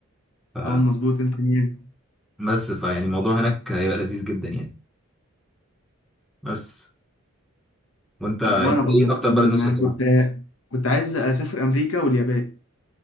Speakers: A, in the centre; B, on the left.
A: ف...
B: اه مظبوط انت ميامي
A: بس فيعني الموضوع هناك هيبقى لذيذ جدا يعني بس وانت انت
B: وانا برضه
A: ايه
B: كان-
A: اكتر بلد نفسك تروحها
B: كنت كنت عايز اسافر امريكا واليابان